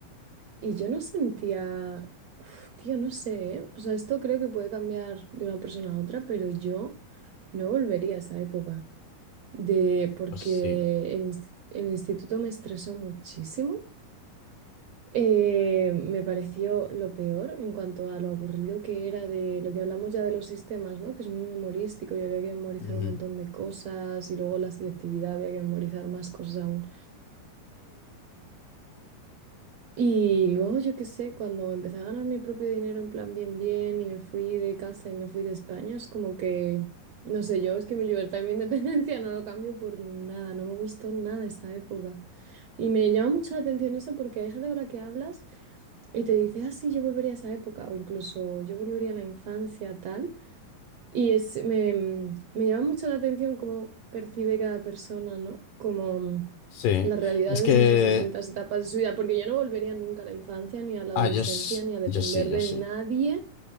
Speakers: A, on the right; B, on the left.
A: y yo no sentía, Uf, tío, no sé, ¿eh? O sea, esto creo que puede cambiar de una persona a otra, pero yo no volvería a esa época de, porque
B: Pues sí.
A: el, inst- el instituto me estresó muchísimo. Eh, me pareció lo peor en cuanto a lo aburrido que era de lo que hablamos ya de los sistemas, ¿no? Que es muy memorístico y había que memorizar
B: Ujú.
A: un montón de cosas y luego la selectividad había que memorizar más cosas aún. Y luego, yo qué sé, cuando empecé a ganar mi propio dinero en plan bien, bien, y me fui de casa y me fui de España, es como que, no sé, yo es que mi libertad y mi independencia <laughs> no lo cambio por nada, no me gustó nada esa época. Y me llama mucho la atención eso porque hay gente con la que hablas y te dice, ah, sí, yo volvería a esa época, o incluso yo volvería a la infancia, tal. Y es, me, me llama mucho la atención cómo percibe cada persona, ¿no? Como
B: Sí.
A: las realidades
B: Es que,
A: en sus distintas etapas de su vida, porque yo no volvería nunca a la infancia, ni a la adolescencia,
B: ah, yo, s-
A: ni a depender
B: yo sí, yo
A: de
B: sí.
A: nadie,